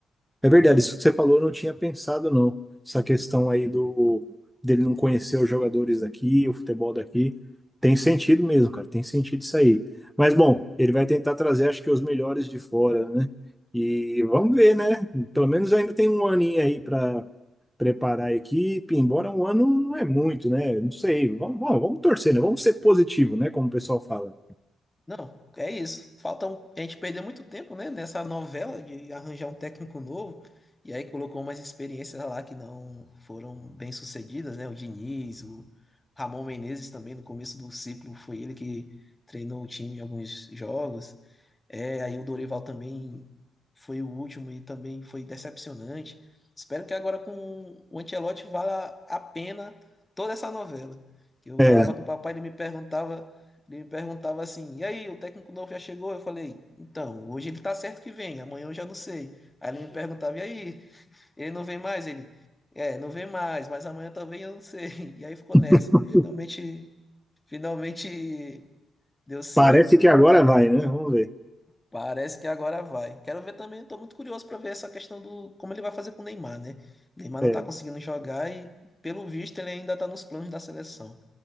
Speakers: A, in the centre; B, on the left (about 15°).
A: É verdade, isso que você falou, eu não tinha pensado, não. Essa questão aí do dele não conhecer os jogadores daqui, o futebol daqui. Tem sentido mesmo, cara. Tem sentido isso aí. Mas, bom, ele vai tentar trazer, acho que, os melhores de fora, né? E vamos ver, né? Pelo menos ainda tem um aninho aí para preparar a equipe, embora um ano não é muito, né? Não sei. Vamos, vamos, vamos torcer, né? Vamos ser positivo, né? Como o pessoal fala.
B: Não, é isso. Falta um- A gente perdeu muito tempo, né, nessa novela de arranjar um técnico novo. E aí colocou umas experiências lá que não foram bem sucedidas, né? O Diniz, o Ramon Menezes também no começo do ciclo foi ele que treinou o time em alguns jogos. É, aí o Dorival também foi o último e também foi decepcionante. Espero que agora com o Ancelotti valha a pena toda essa novela. Que eu
A: É,
B: falava com o papai, ele me perguntava ele me perguntava assim: e aí, o técnico novo já chegou? Eu falei: então, hoje ele tá certo que vem, amanhã eu já não sei. Aí ele me perguntava: e aí, ele não vem mais? Ele: é, não vem mais, mas amanhã também eu não sei. <laughs> E aí ficou
A: <laughs>
B: nessa. E finalmente, finalmente deu certo.
A: parece que agora vai, né? Vamos ver.
B: Parece que agora vai. Quero ver também, estou muito curioso para ver essa questão do como ele vai fazer com o Neymar, né? O Neymar
A: É,
B: não está conseguindo jogar e, pelo visto, ele ainda está nos planos da seleção.